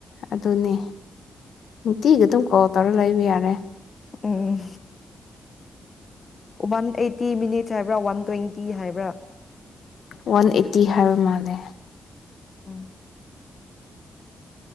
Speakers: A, on the left; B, on the left.
A: ꯑꯗꯨꯅꯦ ꯅꯨꯡꯇꯤꯒ ꯑꯗꯨꯝ ꯀꯣꯜ ꯇꯧꯔ ꯂꯩꯕ ꯌꯥꯔꯦ
B: ꯎꯝ ꯋꯥꯟ ꯑꯩꯠꯇꯤ ꯃꯤꯅꯤꯠꯁ ꯍꯥꯏꯕ꯭ꯔ ꯋꯥꯟ ꯇ꯭ꯋꯦꯟꯇꯤ ꯍꯥꯏꯕ꯭ꯔ
A: ꯋꯥꯟ ꯑꯩꯠꯇꯤ ꯍꯥꯏꯕ ꯃꯥꯜ ꯂꯦ
B: ꯎꯝ